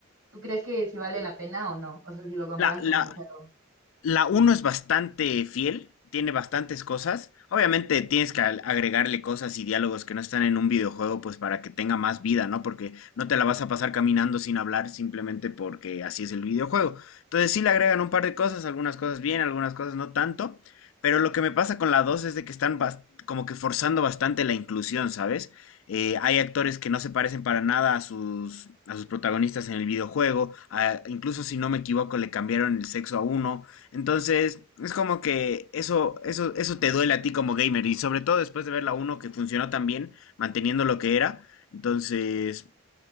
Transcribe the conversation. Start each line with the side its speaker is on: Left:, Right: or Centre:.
Right: ¿tú crees que sí vale la pena o no? O sea, si lo comparas
Left: La, la,
Right: con el juego.
Left: La uno es bastante fiel, tiene bastantes cosas. Obviamente tienes que al- agregarle cosas y diálogos que no están en un videojuego, pues para que tenga más vida, ¿no? Porque no te la vas a pasar caminando sin hablar simplemente porque así es el videojuego. Entonces sí le agregan un par de cosas, algunas cosas bien, algunas cosas no tanto. Pero lo que me pasa con la 2 es de que están bas- como que forzando bastante la inclusión, ¿sabes? Eh, hay actores que no se parecen para nada a sus, a sus protagonistas en el videojuego. ah, incluso si no me equivoco, le cambiaron el sexo a uno. Entonces, es como que eso, eso, eso te duele a ti como gamer. Y sobre todo después de ver la uno que funcionó tan bien, manteniendo lo que era. Entonces,